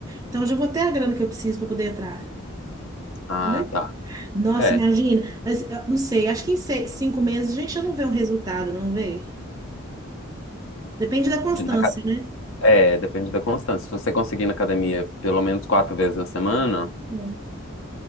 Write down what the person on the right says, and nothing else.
Então, eu já vou ter a grana que eu preciso para poder entrar.
entendeu?
Nossa,
imagina. Mas eu não sei, acho que em se- cinco meses a gente já não vê um resultado, não vê? Depende da constância,
né?
Hum.